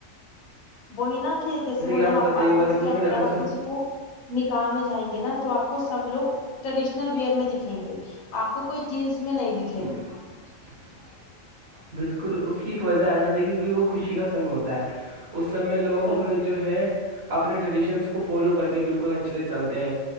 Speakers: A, on the left; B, on the right.
A: وہی نا کہ جیسے وہی
B: آپ
A: ہم
B: کو پتہ ہی ہوگا
A: کسی
B: دیکھو
A: کے
B: پھر
A: ا
B: اس
A: آپ کسی کو نکاح میں جائیں گے نا تو آپ کو سب لوگ ٹریڈیشنل ویئر میں دکھیں گے آپ کو کوئی جینس میں نہیں دکھ
B: آپ کو کو بالکل اس کی ایک وجہ ہے نا دیکھیے کیکہ وہ خوشی کا سمے ہوتا ہے اس سمے لوگ
A: بالکل
B: جو ہے اپنے ٹریڈیشنس کو فالو کر کے بالکل اچھے سے چلتے ہیں